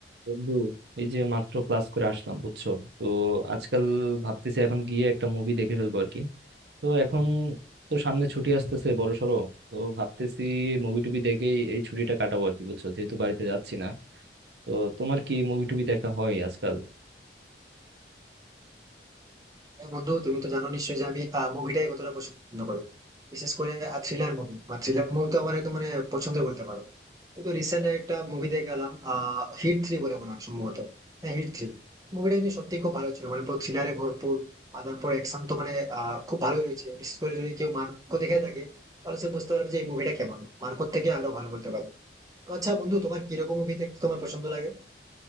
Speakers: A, on the right; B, on the right.
A: বন্ধু এই যে মাত্র ক্লাস করে আসলাম বুঝছো তো আজকাল ভাবতেছি এখন গিয়ে একটা মুভি দেখে ফেলবো আর কি তো এখন তো সামনে ছুটি আসতেছে বড় সড়ো তো ভাবতেছি মুভি টুবি দেখেই এই ছুটিটা কাটাবো আর কি বুঝছো যেহেতু বাড়িতে যাচ্ছি না তো তোমার কি মুভি টুবি দেখা হয় আজকাল
B: হ্যাঁ বন্ধু তুমি তো জানো নিশ্চয়ই যে আমি মুভিটাই কতটা পছন্দ করি বিশেষ করে থ্রিলার মুভি মানে থ্রিলার মুভি তো আমার একদম মানে পছন্দের বলতে পারো ওই তো রিসেন্ট একটা মুভি দেখে গেলাম আহ হিট থ্রি বলে মনে হয় সম্ভবত হ্যাঁ হিট থ্রি মুভিটা কিন্তু সত্যি খুব ভালো ছিল মানে পুরো থ্রিলারে ভরপুর আর তারপর অ্যাকশন তো মানে আহ, খুব ভালোই রয়েছে বিশেষ করে যদি কেউ মার্কো দেখে থাকে তাহলে সে বুঝতে পারবে যে এই মুভিটা কেমন মার্কোর থেকে আরো ভালো বলতে পারবে তো আচ্ছা বন্ধু তোমার কিরকম মুভি দেখতে তোমার পছন্দ লাগে